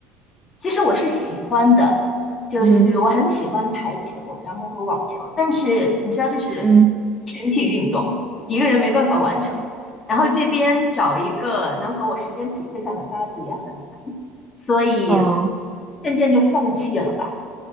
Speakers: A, on the left (about 30°); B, on the right (about 25°).
A: 其实我是喜欢的，就是我很喜欢排球，
B: 嗯
A: 然后和网球，但是你知道就是
B: 嗯，
A: 群体运动，一个人没办法完成。然后这边找一个能和我时间匹配上的搭子也很难，所以
B: 哦
A: 渐渐就放弃了吧。